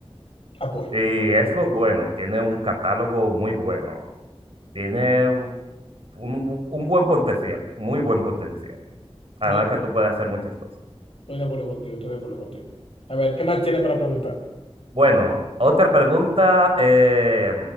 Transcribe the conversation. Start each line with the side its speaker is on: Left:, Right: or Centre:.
Left: Apoyo.
Right: Y eso es bueno, tiene un catálogo muy bueno. Tiene un, un buen potencial, muy buen potencial. Además
Left: Yo estoy
Right: que tú puedes hacer muchas cosas.
Left: de acuerdo contigo, estoy de acuerdo contigo. A ver, ¿qué más tiene para preguntar?
Right: Bueno, otra pregunta eh,